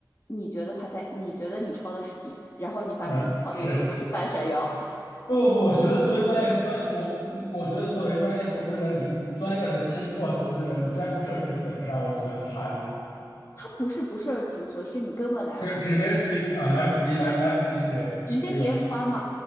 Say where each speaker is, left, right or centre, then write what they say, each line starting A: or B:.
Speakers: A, on the left (about 40°); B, on the left (about 80°).
A: 你觉得它在，你觉得你抄的是底，然后你发现你抄的永远都是半山腰。
B: 嗯，是不不不，我觉得作为专业专我嗯我觉得作为专业投资者，你你专业的期货投资者，你居然不设止损，是让我觉得很诧异
A: 它不是不设止损，是你根本来不
B: 就直接就啊、来不及来来不及去这个
A: 直接跌穿嘛。